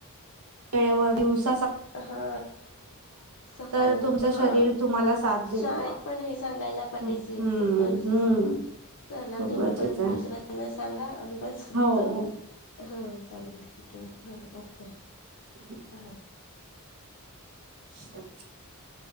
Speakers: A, on the right (about 75°); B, on the left (about 80°).
A: वेळेवर दिवस
B: हा सकाळी
A: तर तुमचं
B: हा
A: शरीर तुम्हाला साथ देईल
B: शाळेत
A: बुवा
B: पण हे सांगायला पाहिजे,
A: हम्म हम्म
B: खूप गरजेचं
A: हम्म.
B: हे चला
A: खूप
B: तुम्ही
A: गरजेचं
B: पण
A: आहे
B: दुसऱ्यांना सांगा आम्ही पण सांगतो
A: हो हो
B: हो चालेल. ठीक हे. ह ओके
A: चालेल
B: अंहा
A: <unintelligible>